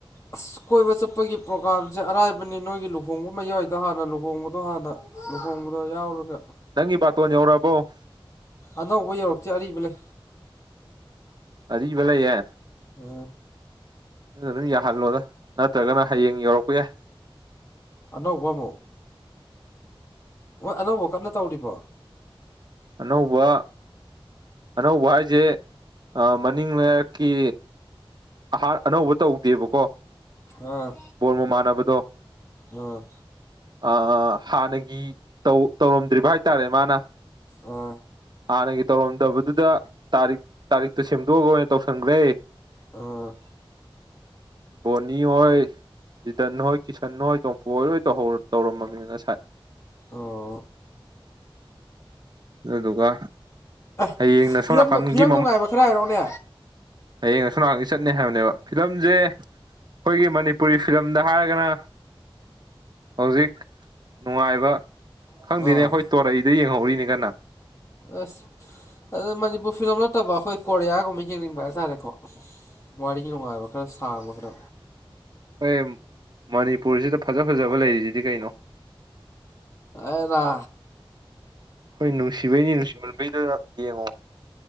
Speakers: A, on the left; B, on the right.
A: ꯑꯁ ꯀꯣꯏꯕ ꯆꯠꯄꯒꯤ ꯄ꯭ꯔꯣꯒꯥꯝꯁꯦ ꯑꯔꯥꯏꯕꯅꯤ ꯅꯣꯏꯒꯤ ꯂꯨꯍꯣꯡꯕ ꯃꯌꯥꯏꯗꯣ ꯍꯥꯟꯅ ꯂꯨꯍꯣꯡꯕꯗꯣ ꯍꯥꯟꯅ ꯂꯨꯍꯣꯡꯕꯗꯣ ꯌꯥꯎꯔꯒ
B: ꯅꯪꯒꯤ ꯕꯥꯇꯣꯟ ꯌꯧꯔꯛꯑꯕꯣ
A: ꯑꯅꯧꯕ ꯌꯧꯔꯛꯇ꯭ꯔꯤ ꯑꯔꯤꯕ ꯂꯩ
B: ꯑꯔꯤꯕ ꯂꯩꯌꯦ
A: ꯎꯝ
B: ꯑꯗꯨ ꯑꯗꯨꯝ ꯌꯥꯍꯜꯂꯣꯗ ꯅꯠꯇ꯭ꯔꯒꯅ ꯍꯌꯦꯡ ꯌꯧꯔꯛꯄ ꯌꯥꯏ
A: ꯑꯅꯧꯕ ꯑꯃꯨꯛ ꯍꯣꯏ ꯑꯅꯧꯕ ꯀꯟꯅ ꯇꯧꯔꯤꯕꯣ
B: ꯑꯅꯧꯕ ꯑꯅꯧꯕ ꯍꯥꯏꯖꯦ ꯑ ꯃꯅꯤꯡ ꯂꯩꯔꯛꯀꯤ ꯑꯍ ꯑꯅꯧꯕ ꯇꯧꯗꯦꯕꯀꯣ
A: ꯑꯥ
B: ꯕꯣꯔ ꯃꯃꯥꯟꯅꯕꯗꯣ
A: ꯑꯥ
B: ꯑ ꯍꯥꯟꯅꯒꯤ ꯇꯧ ꯇꯧꯔꯝꯗ꯭ꯔꯤꯕ ꯍꯥꯏꯇꯥꯔꯦ ꯃꯥꯅ
A: ꯑꯥ
B: ꯍꯥꯟꯅꯒꯤ ꯇꯧꯔꯝꯗꯕꯗꯨꯗ ꯇꯥꯔꯤꯛ ꯇꯥꯔꯤꯛꯇꯣ ꯁꯦꯝꯗꯣꯛꯑꯒ ꯑꯣꯏꯅ ꯇꯧꯁꯟꯈ꯭ꯔꯦ
A: ꯑꯥ
B: ꯕꯣꯅꯤ ꯍꯣꯏ ꯖꯤꯇꯟ ꯍꯣꯏ ꯀꯤꯁꯟ ꯍꯣꯏ ꯇꯣꯝꯄꯨ ꯍꯣꯏ ꯂꯣꯏ ꯇꯧꯔꯝꯃꯝꯅꯤ ꯉꯁꯥꯏ
A: ꯑꯣ
B: ꯑꯗꯨꯗꯨꯒ
A: ꯑ
B: ꯍꯌꯦꯡꯅ
A: ꯐꯤꯂꯝꯗꯣ
B: ꯁꯣꯝ ꯅꯥꯀꯟꯒꯤ
A: ꯐꯤꯂꯝ ꯅꯨꯡꯉꯥꯏꯕ ꯈꯔ ꯍꯥꯏꯔꯛꯎꯅꯦ
B: ꯍꯌꯦꯡ ꯑꯁꯣꯟꯅꯀꯟꯒꯤ ꯆꯠꯅꯤ ꯍꯥꯏꯕꯅꯦꯕ ꯐꯤꯂꯝꯁꯦ ꯑꯩꯈꯣꯏꯒꯤ ꯃꯅꯤꯄꯨꯔꯤ ꯐꯤꯂꯝꯗ ꯍꯥꯏꯔꯒꯅ ꯍꯧꯖꯤꯛ ꯅꯨꯡꯉꯥꯏꯕ
A: ꯑꯥ
B: ꯈꯪꯗꯦꯅꯦ ꯑꯩꯈꯣꯏ ꯇꯣꯔꯩꯗ ꯌꯦꯡꯍꯧꯔꯤꯅꯤ ꯀꯅ
A: ꯑꯁ ꯑꯗꯨꯗ ꯃꯅꯤꯄꯨꯔ ꯐꯤꯂꯝ ꯅꯠꯇꯕ ꯑꯩꯈꯣꯏ ꯀꯣꯔꯤꯌꯥꯒꯨꯝꯕ ꯌꯦꯡꯅꯤꯡꯕ ꯍꯥꯏꯇꯥꯔꯦꯀꯣ ꯋꯥꯔꯤ ꯅꯨꯡꯉꯥꯏꯕ ꯈꯔ ꯁꯥꯡꯕꯗ
B: ꯑꯩꯏ ꯃꯅꯤꯄꯨꯔꯁꯤꯗ ꯐꯖ ꯐꯖꯕ ꯂꯩꯔꯤꯁꯤꯗꯤ ꯀꯩꯅꯣ
A: ꯑꯦꯔ
B: ꯈꯣꯏ ꯅꯨꯡꯁꯤꯕꯩꯅꯤ ꯅꯨꯡꯁꯤꯃꯟꯕꯩꯗꯣ ꯌꯦꯡꯉꯣ